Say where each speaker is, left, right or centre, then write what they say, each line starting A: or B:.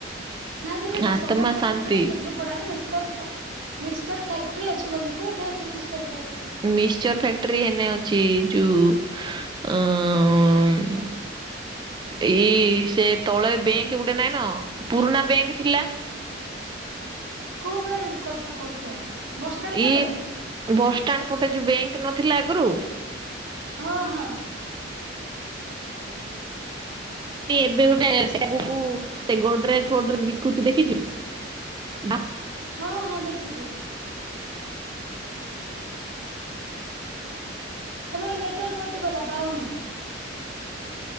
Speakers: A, on the right; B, on the right.
A: ନାଇଁଯେ ଦିଦି
B: ଆତ୍ମା
A: ସମସ୍ତେ
B: ଶାନ୍ତି
A: କହୁଛନ୍ତି ଖଜୁରି ପଡ଼ାରେ ମିକ୍ସଚର ଫେ ଫେକ୍ଟେରି ଅଛି ବୋଲି କୋଉଠି ଅଛି ମିକ୍ସଚର ଫେକ୍ଟେରି।
B: ମିକ୍ସଚର ଫ୍ୟାକ୍ଟରି ହେନ୍ ଅଛି ଯୋଉ ଅଁ ଏଇ ସେତଳେ ବ୍ୟାଙ୍କ ଗୋଟେ ନାଇଁନ ପୁରୁଣା ବ୍ୟାଙ୍କ ଥିଲା।
A: କୋଉ ବ୍ୟାଙ୍କ କଥା କହୁଛ। ବସଷ୍ଟାଣ୍ଡ ପଟେ
B: ଏଇ ବସ୍ଷ୍ଟାଣ୍ଡ ପଟେ ଯୋଉ ବ୍ୟାଙ୍କ ନଥିଲା ଆଗରୁ।
A: ହଁ ହଁ।
B: ଏବେ ଗୋଟେ ସେଆଗକୁ ଗୋଡ୍ରଜ୍ ଫଡ୍ରଜ୍ ବିକୁଛି ବିକୁଚି ଦେଖିଛୁ ବା
A: ହଁ ହଁ ଦେଖିଚି। ତମର ନେଟୱାର୍କ କଟିଗଲା ପାଉନି।